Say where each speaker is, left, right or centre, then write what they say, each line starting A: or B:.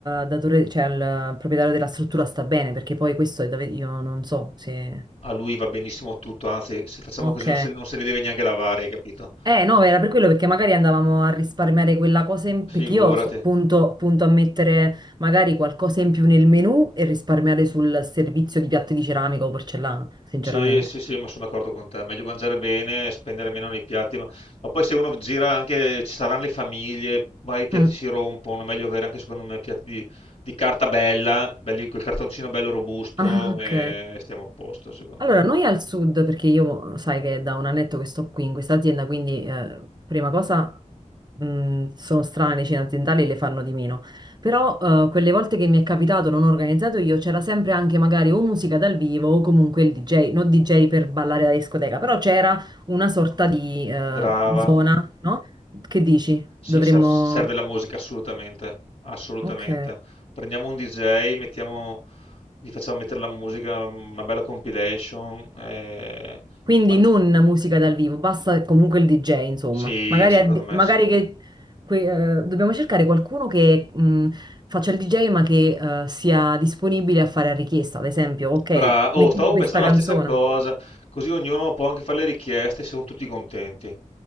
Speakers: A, on the right (about 30°); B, on the left (about 45°).
A: datore, cioè al proprietario della struttura sta bene, perché poi questo è da ve- io non so se...
B: a lui va benissimo tutto, anzi, se facciamo
A: Ok.
B: così non se, non se li deve neanche lavare, hai capito?
A: Eh no, era per quello perché magari andavamo a risparmiare quella cosa in...
B: Figurati.
A: perché io so- punto, punto a mettere magari qualcosa in più nel menù e risparmiare sul servizio di piatti di ceramica o porcellana, sinceramente.
B: Sì, sì, sì, ma sono d'accordo con te. Meglio mangiare bene, spendere meno nei piatti. Ma, ma poi se uno gira anche, ci saranno le famiglie, magari i piatti
A: Mm.
B: si rompono. Meglio avere anche, secondo me, piatti di, di carta bella, belli, quel cartoncino bello robusto
A: Ah, ok.
B: e stiamo a posto, secondo
A: Allora,
B: me.
A: noi al sud, perché io sai che è da un annetto che sto qui in questa azienda, quindi eh, prima cosa mh, sono strane le cene aziendali e le fanno di meno. Però eh, quelle volte che mi è capitato, non ho organizzato io, c'era sempre anche magari o musica dal vivo o comunque il DJ, non DJ per ballare da discoteca, però c'era una sorta di eh,
B: Brava.
A: zona, no? Che dici?
B: Sì,
A: Dovremmo...
B: ser- serve la musica, assolutamente. Assolutamente.
A: Ok.
B: Prendiamo un DJ, mettiamo, gli facciamo mettere la musica, una bella compilation. eh,
A: Quindi
B: ma-
A: non musica dal vivo, basta comunque il DJ, insomma.
B: Sì,
A: Magari,
B: secondo
A: addi-
B: me
A: magari
B: sì.
A: che que- eh, dobbiamo cercare qualcuno che mh, faccia il DJ ma che eh, sia disponibile a fare a richiesta. Ad esempio, ok,
B: Bra- oh,
A: mettimi
B: stavo
A: questa
B: pensando
A: canzone.
B: la stessa cosa, così ognuno può anche fare le richieste, e siamo tutti contenti.